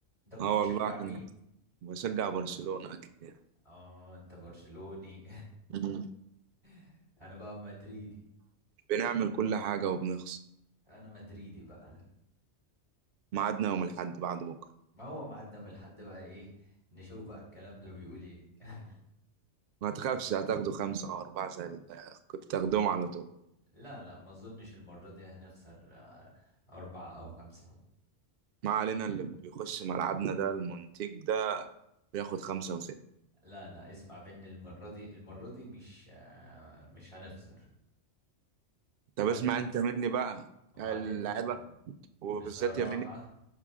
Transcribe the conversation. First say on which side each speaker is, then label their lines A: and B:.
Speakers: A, on the left; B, on the right.
A: انت كنت
B: اه
A: بتشجع
B: والله كنت
A: مين
B: بشجع برشلونة اكيد يعني
A: اه انت برشلوني
B: مم.
A: <laughs> انا بقى مدريدي
B: بنعمل كل حاجة وبنخسر
A: انا مدريدي بقى
B: ميعادنا يوم الاحد بعد بكرة
A: ما هو ميعادنا من الحد بقى ايه نشوف بقى الكلام ده بيقول ايه <laughs>
B: ما تخافش هتاخدوا خمسة أو أربعة زي ال- كنت تاخدهم على طول
A: لا لا ما اظنش المرة دي هنخسر آه، أربعة أو خمسة
B: ما علينا اللي بيخش ملعبنا ده المنتج ده بياخد خمسة وستة
A: لا لا اسمع مني المرة دي المرة دي مش آه، مش هنخسر
B: طب
A: وبعدين
B: اسمع انت مني بقى
A: وبعدين
B: اللعيبة وبالذات
A: بصراحة
B: يمين